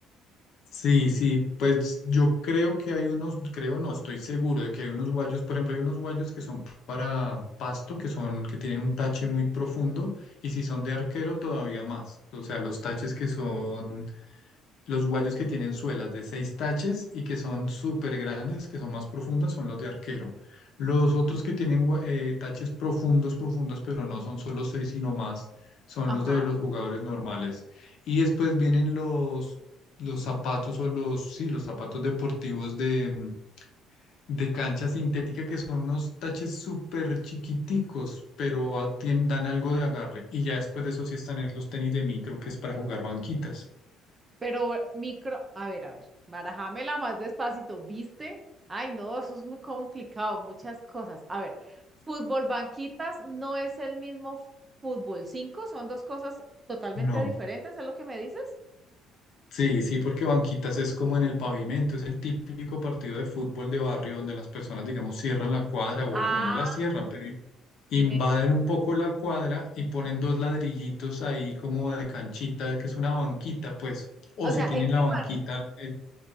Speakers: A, on the left; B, on the right.
A: Sí, sí, pues yo creo que hay unos, creo no, estoy seguro de que hay unos guayos, por ejemplo, hay unos guayos que son para pasto, que son, que tienen un tache muy profundo, y si son de arquero, todavía más. O sea, los taches que son los guayos que tienen suelas de seis taches y que son súper grandes, que son más profundas, son los de arquero. Los otros que tienen gua- eh, taches profundos, profundos, pero no son solo seis, sino más, son
B: Ajá.
A: los de los jugadores normales. Y después vienen los, los zapatos o los, sí, los zapatos deportivos de, mm, de cancha sintética, que son unos taches súper chiquiticos, pero ah, tien- dan algo de agarre. Y ya después de eso sí están en los tenis de micro, que es para jugar banquitas.
B: Pero eh, micro, a ver, a ver, barajámela más despacito, ¿viste? Ay, no, eso es muy complicado, muchas cosas. A ver, fútbol banquitas no es el mismo f- fútbol 5 son dos cosas totalmente
A: No.
B: diferentes, ¿es lo que me dices?
A: Sí, sí, porque Banquitas es como en el pavimento, es el típico partido de fútbol de barrio donde las personas, digamos, cierran la cuadra o,
B: Ah,
A: o no la cierran, pero i-
B: viendo.
A: invaden un poco la cuadra y ponen dos ladrillitos ahí como de canchita, que es una banquita, pues, o
B: O sea,
A: si tienen
B: ese,
A: la banquita,
B: par-
A: eh,